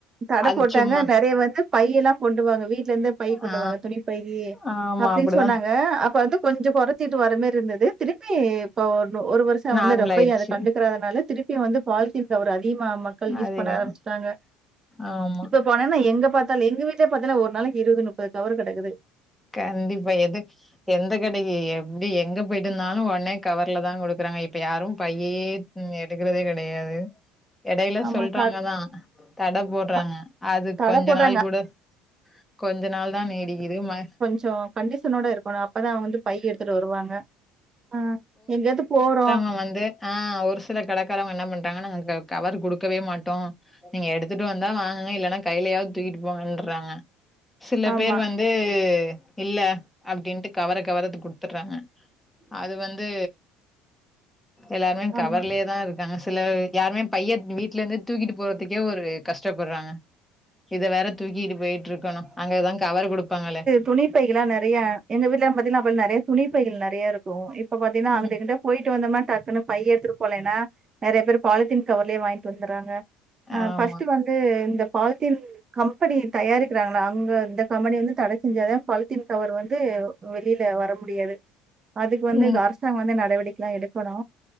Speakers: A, on the right; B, in the centre.
A: தட
B: அது
A: போட்டாங்க
B: சும்மா
A: நெறைய வந்து பைய் எல்லா கொண்டுவாங்க வீட்ல இருந்து பை கொண்டு
B: ஆ
A: வாங்க துணிபையி
B: ஆமா
A: அப்டி
B: அப்டிதான்
A: சொன்னாங்க அப்ப வந்து கொஞ்சோ கொறச்சிட்டு வர மாரி இருந்தது திருப்பி இப்ப ஒரு வருஷ் ச்ச
B: நார்மல்
A: வந்து ரொம்ப
B: ஆயிடுச்சு
A: அத கண்டுக்கறதுனால திருப்பி வந்து பாலிதீன் கவர அதிகமா மக்கள் யூஸ்
B: அதிகம்.
A: பண்ண ஆரபிச்சிட்டாங்க
B: ஆமா
A: இப்ப போனன்னா எங்க பாத்தாலு எங்க வீட்ல பாத்தன்னா ஒரு நாளைக்கு இருவது முப்பது கவர் கடக்குது
B: கண்டிப்பா எதுக் எந்த கடைக்கு எப்டி எங்க போய்ட்டுந்தாலும் ஒன்னே கவர்ல தான் குடுக்குறாங்க இப்ப யாரும் பையி ம் எடுக்கறதே கடையாது எடைல
A: ஆமா
B: சொல்றாங்க
A: கட
B: தா தட போட்றாங்க
A: க
B: அது
A: கடை
B: கொஞ்ச
A: போடுறாங்க.
B: நாள் குட கொஞ்ச நாள் தான் நீடிக்குது ம
A: ஜோ கண்டிஷனோட இருக்கணும் அப்பதான் அவங்கந்து பையி எடுத்துட்டு வருவாங்க ஆ எங்காது போறோ
B: இப்ப வந்து ஆ ஒரு சில கடகாரங்க என்ன பண்றாங்கன்ன நாங்க கவரு குடுக்கவே மாட்டோ நீங்க எடுத்துட்டு வந்தா வாங்குங்க இல்லன்னா கையிலயாவது தூக்கிட்டு போங்கன்றாங்க சில
A: ஆமா,
B: பேர் வந்து இல்ல அப்டின்ட்டு கவர கவர குடுத்துர்றாங்க அது வந்து எல்லாருமே
A: ஆமா.
B: கவர்லேதா இரு க்காங்க சிலர் யாருமே பைய வீட்ல இருந்தே தூக்கிட்டு போறதுக்கே ஒரு கஷ்டப்பட்றாங்க இத வேற தூக்கிட்டு போயிட்டு இருக்கணு அங்கதா கவரு குடுப்பாங்களே
A: துணிப் பைகள்ல நெறைய எங்க வீட்ல பாத்தீன்னா அப்ப நெறைய துணிப் பைகள் நெறைய இருக்கு இப்ப பாத்தீன்னா அங்கிட்டு
B: ம்,
A: இங்குட்டு போயிட்டு வந்தோமா டக்குனு பைய எடுத்துட்டு போனேனா றெறைய பேர் பாலித்தீன் கவர்லயே வாங்கிட்டு வந்துராங்கா அ
B: ஆமா
A: ஃபர்ஸ்ட் வந்து து இந்த பால்த்தீன் கம்பெனிக் தயாரிக்கறாங்கள அங்க இந்த கம்பெனி வந்து தட செஞ்சா தா பாலித்தீன் கவரு வந்து வெளில வர முடியாது அதுக்கு வந்து
B: ம்
A: அரசாங்க வந்து நடவடிக்கல்லா எடுக்கணு